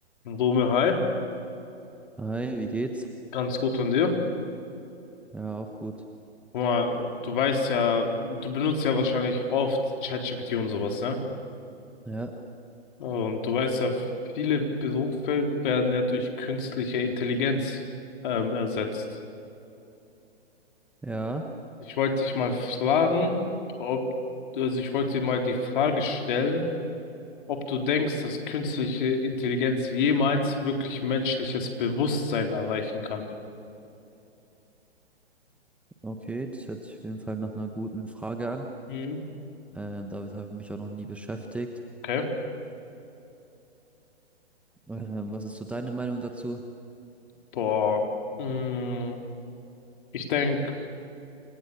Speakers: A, on the left; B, in the centre.
A: Rome, hi.
B: Hi, wie geht's?
A: Ganz gut von dir.
B: Ja, auch gut.
A: Guck mal, du weißt ja, du benutzt ja wahrscheinlich oft ChatGPT und sowas, ne?
B: Ja,
A: Und du weißt ja, viele Berufe werden ja durch künstliche Intelligenz ähm, ersetzt.
B: ja,
A: Ich wollte dich mal fragen, ob, also ich wollte dir mal die Frage stellen, ob du denkst, dass künstliche Intelligenz jemals wirklich menschliches Bewusstsein erreichen kann.
B: okay, das hört sich auf jeden Fall nach einer guten Frage an.
A: Mhm.
B: Ähm, damit habe ich mich auch noch nie beschäftigt.
A: Okay.
B: Ähm, was ist so deine Meinung dazu?
A: Boah. Mm, Ich denke,